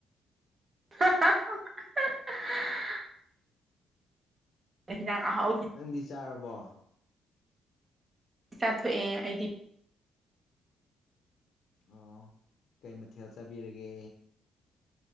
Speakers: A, on the right (about 30°); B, on the left (about 60°).
A: <unintelligible> ꯍꯦꯟꯖꯥꯡ ꯑꯍꯥꯎꯕꯤ
B: ꯅꯪꯗꯤ ꯆꯥꯔꯕꯣ
A: ꯆꯥꯊꯣꯛꯑꯦ ꯑꯩꯗꯤ
B: ꯑꯣ ꯀꯩ ꯃꯊꯦꯜ ꯆꯥꯕꯤꯔꯒꯦ